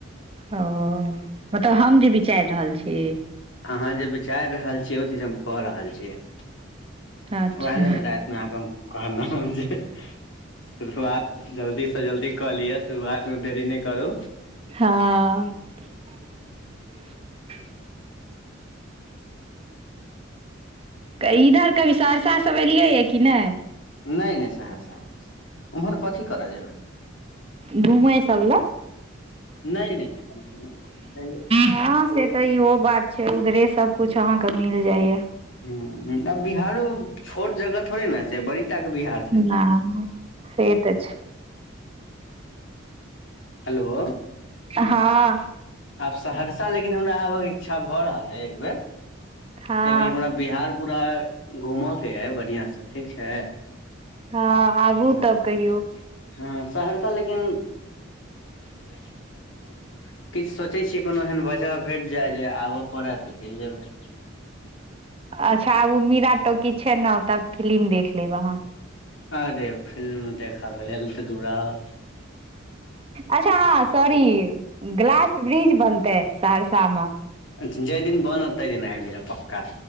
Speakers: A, on the right (about 30°); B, on the left (about 70°).
A: ओ मतलब हम जे विचारि रहल छी
B: अहाँ जे विचारि रहल छीयै ओ चीज हम क रहल छियै
A: अच्छा
B: वएह लेल ने रातिमे अहाँके हम कहलौ जे शुरुआत जल्दी सँ जल्दी क लिअ शुरुआतमे देरी नहि करू
A: हँ <inaudible> इधर कभी सहरसा सब एलियै ये कि नय
B: ने ने सहरसा उहरसा उमहर कथी करे जेबै
A: घूमै सब लए
B: ने ने ने अभी
A: हँ से त इहो बात छै उधरे सब कुछ अहाँ के मिल जातय
B: हँ आब बिहारो छोट जगह थोड़े ने छै बड़ी तक बिहार
A: ने से तऽ छै
B: हेलो
A: हँ
B: आब सहरसा लेकिन हमरा आबयक इच्छा भ रहले हइ एकबेर
A: हँ
B: कियाकि हमरा बिहार पूरा घूमयके अइ बढ़ियाँ सँठीक छै
A: हँ आबू
B: त
A: तब कहियौ
B: हँ सहरसा लेकिन <unintelligible> किछ सोचै छियै कोनो एहन वजह भेट जाय जे आबय पड़त ते चल जेबै
A: अच्छा आब ओ मीरा टॉकीज छै ने ओतब फिलिम देख लेब अहाँ
B: अरे फिल्म देखऽके लेल एतेऽ दूरा आउ
A: अच्छा हँ सॉरी ग्लास ब्रिज बनते सहरसा मे
B: जाहि दिन बनत तहि दिन आबि जायब पक्का